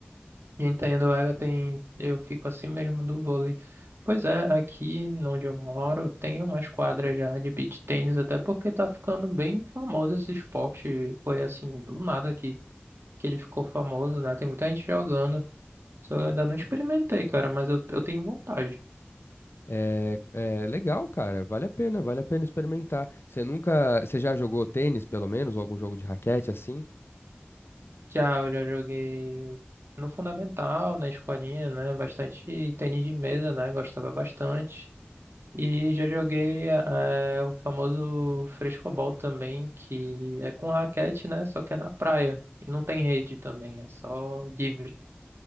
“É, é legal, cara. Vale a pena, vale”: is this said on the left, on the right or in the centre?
Left